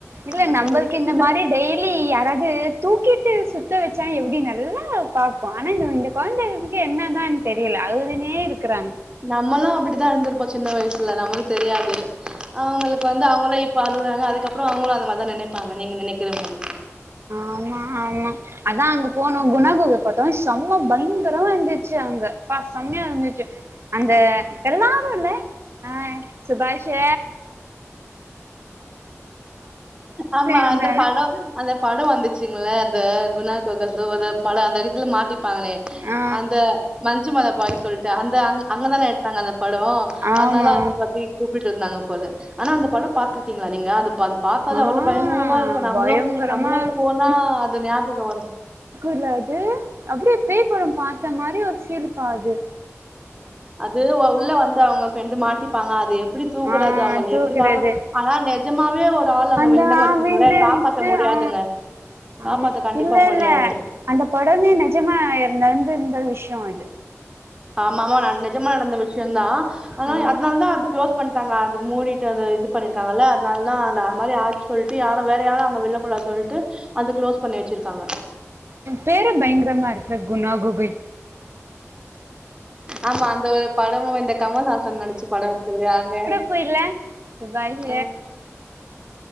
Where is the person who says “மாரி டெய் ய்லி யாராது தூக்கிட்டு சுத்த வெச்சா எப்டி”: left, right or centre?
Right